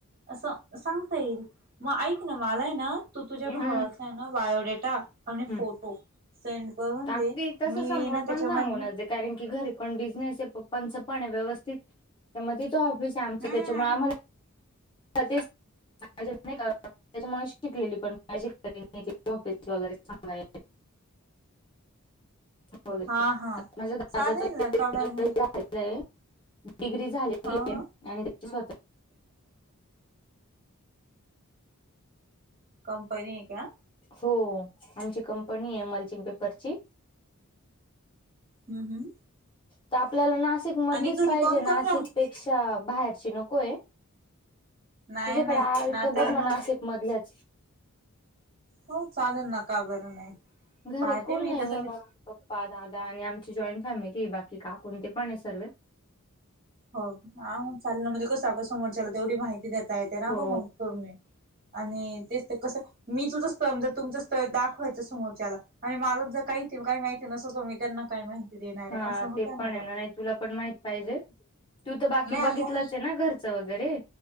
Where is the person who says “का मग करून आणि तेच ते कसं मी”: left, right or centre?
Right